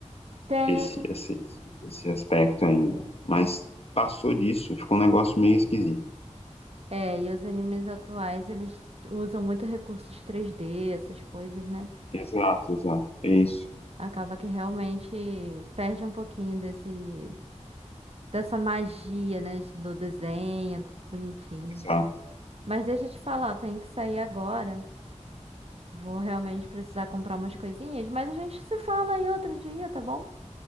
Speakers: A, on the right; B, on the left.
A: Tem.
B: esse, esse, esse aspecto ainda. Mas passou disso, ficou um negócio meio esquisito.
A: É, e os animes atuais, eles usam muito recursos 3D, essas coisas, né?
B: Exato, exato. É isso.
A: Acaba que realmente perde um pouquinho desse, dessa magia, né? Do desenho, tudo bonitinho.
B: Exato.
A: Mas deixa eu te falar, eu tenho que sair agora. Vou realmente precisar comprar umas coisinhas, mas a gente se fala aí outro dia, tá bom?